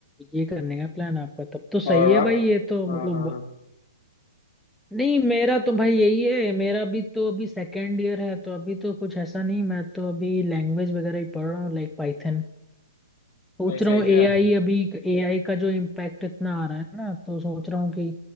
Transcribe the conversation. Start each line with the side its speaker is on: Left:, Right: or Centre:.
Centre: ये करने का प्लान आपका तब तो सही
Left: और
Centre: है
Left: आप
Centre: भाई ये तो
Left: हाँ
Centre: मतलब
Left: हाँ हाँ
Centre: नहीं मेरा तो भाई यही है मेरा भी तो अभी सेकेंड ईयर है तो अभी तो कुछ ऐसा नहीं मैं तो अभी लैंग्वेज वगैरह ही पढ़ रहा हूँ लाइक पाइथन सोच
Left: ऐसे
Centre: रहा
Left: है
Centre: हूँ
Left: क्या
Centre: एआई अभी एआई का जो इम्पैक्ट इतना आ रहा है ना तो सोच रहा हूँ कि